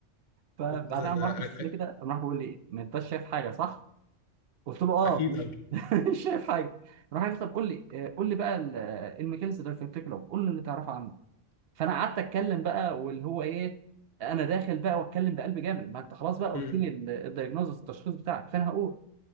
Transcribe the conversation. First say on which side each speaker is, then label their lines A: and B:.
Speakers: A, on the right; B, on the left.
A: فبعدها
B: أ-
A: قام راح بص
B: أ-
A: لي كده قام راح بيقول لي ما انتش شايف حاجه صح؟ قلت له اه
B: اكيد
A: <laughs> مش شايف حاجه راح قال لي طب قول لي آه، قول لي بقى ال- آه، الميكانيزم ده في التكلو قول لي اللي تعرفه عنه فانا قعدت اتكلم بقى واللي هو ايه انا داخل بقى واتكلم بقلب جامد ما انت خلاص بقى قلت
B: أوي.
A: لي الدايجنوزس التشخيص بتاعك فانا هقول